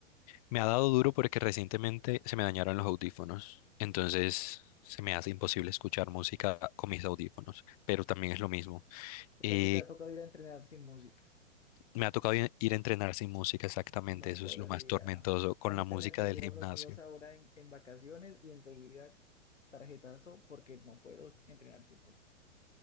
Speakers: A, on the left; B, on the left.
A: Me ha dado duro porque recientemente se me dañaron los audífonos, entonces se me hace imposible escuchar música con mis audífonos pero también es lo mismo.
B: O
A: Y
B: sea, que te ha tocado ir a entrenar sin música.
A: me ha tocado ir ir a entrenar sin música, exactamente.
B: No
A: Eso
B: podría.
A: es lo más tormentoso con
B: A mí
A: la
B: se
A: música
B: me perdieron
A: del gimnasio.
B: los míos ahora en, en vacaciones y enseguida tarjetazo porque no puedo entrenar sin música.